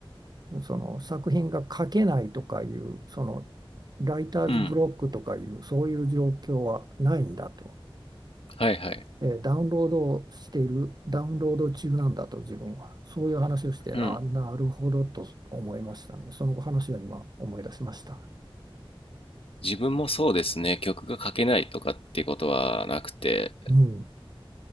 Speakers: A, on the right; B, on the left.
A: その作品が書けないとかいうそのライターズブロックとかいうそういう状況はないんだと、
B: うんはいはい
A: えーダウンロードをしているダウンロード中なんだと自分はそういう話をしてあなるほどと思いましたねその話は今思い出しました
B: うん自分もそうですね曲が書けないとかっていうことはなくて
A: うん